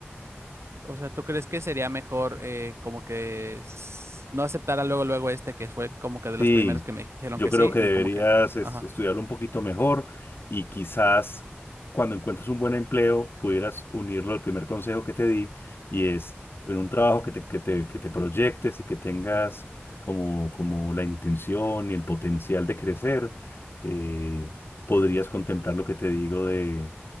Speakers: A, on the right; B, on the left.
A: o sea, ¿tú crees que sería mejor eh, como que s- no aceptara luego, luego este que fue como que de
B: Sí,
A: los primeros que me dijeron
B: yo
A: que
B: creo
A: sí
B: que
A: y
B: deberías
A: como que,
B: es-
A: ajá.
B: estudiarlo un poquito mejor y quizás cuando encuentres un buen empleo pudieras unirlo al primer consejo que te di y es en un trabajo que te, que te, que te proyectes y que tengas como, como la intención y el potencial de crecer, eh, podrías contemplar lo que te digo de